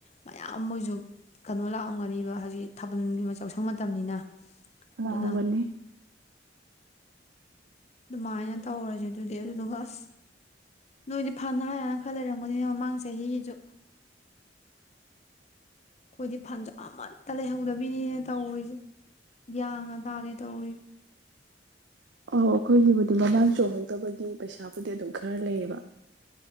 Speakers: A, on the left (about 35°); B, on the right (about 70°).
A: ꯃꯌꯥꯝ ꯃꯣꯏꯁꯨ ꯀꯩꯅꯣ ꯂꯥꯛꯑꯝꯒꯅꯦꯕ ꯍꯧꯖꯤꯛ ꯊꯥꯕꯜꯒꯤ ꯌꯥꯎꯁꯪ ꯃꯇꯝꯅꯤꯅ
B: <unintelligible>
A: ꯑꯗꯨꯅ ꯑꯗꯨꯃꯥꯏꯅ ꯇꯧꯔꯁꯦ ꯑꯗꯨꯗꯤ ꯑꯗꯨꯗꯨꯒ ꯑꯁ ꯅꯣꯏꯗꯤ ꯐꯅ ꯍꯥꯏꯌꯦꯅ ꯈꯔ ꯂꯩꯔꯝꯒꯅꯤꯅꯦ ꯃꯃꯥꯡ ꯆꯍꯤꯒꯤꯁꯨ ꯑꯩꯈꯣꯏꯗꯤ ꯐꯟꯁꯨ ꯑꯃꯠꯇ ꯂꯩꯍꯧꯗꯕꯤꯅꯤꯅꯦ ꯇꯧꯔꯤꯁꯦ ꯒ꯭ꯌꯥꯟꯒ ꯇꯥꯗꯦ ꯇꯧꯔꯤꯁꯦ
B: ꯑꯣ ꯑꯩꯈꯣꯏꯒꯤꯕꯨꯗꯤ ꯃꯃꯥꯡ ꯆꯣꯡꯍꯧꯗꯕꯒꯤ ꯄꯩꯁꯥꯕꯨꯗꯤ ꯑꯗꯨꯝ ꯈꯔ ꯂꯩꯌꯦꯕ